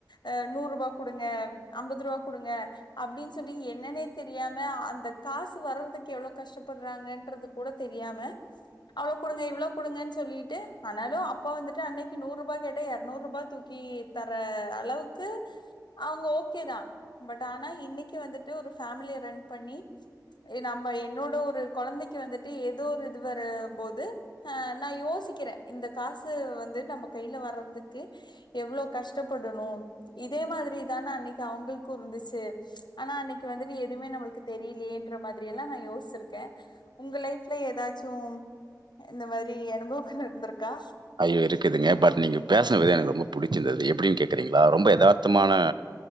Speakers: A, on the left; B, on the right.
A: அ நூறு ரூபா குடுங்க அம்பது ரூபா குடுங்க அப்டின்னு சொல்லி என்னன்னே தெரியாம அந்த காசு வர்றதுக்கு எவ்ளோ கஷ்டப்படுறாங்கன்றது கூட தெரியாம அவ்ளோ குடுங்க இவ்ளோ குடுங்கன்னு சொல்லிட்டு ஆனாலும் அப்பா வந்துட்டு அன்னைக்கு நூறுரூபாய் கேட்டா இரநூறுபாய் தூக்கி தர அளவுக்கு அவுங்க ஓகே தான் பட் ஆனா இன்னிக்கு வந்துட்டு ஒரு ஃபேமிலிய ரன் பண்ணி இது நம்ம என்னோட ஒரு கொழந்தைக்கு வந்துட்டு ஏதோ ஒரு இது வரும்போது அ நான் யோசிக்கிறே இந்த காசு வந்து நம்ம கையில வர்றதுக்கு எவ்ளோ கஷ்டப்படணு இதே மாரிதான அன்னைக்கு அவுங்களுக்கு இருந்துச்சு ஆனா அன்னைக்கு வந்துட்டு எதுமே நம்மளுக்கு தெரியலயேன்ற மாரி எல்லா நா யோசிச்சிருக்க உங்க லைஃப் ல எதாச்சு இந்த மாரி அனுபவங்கள் இருந்திருக்கா
B: அ இருக்குதுங்க பட் நீங்க பேசன விதோ எனக்கு ரொம்ப புடிச்சிருந்தது எப்டின்னு கேக்கறீங்ளா ரொம்ப எதார்த்தமான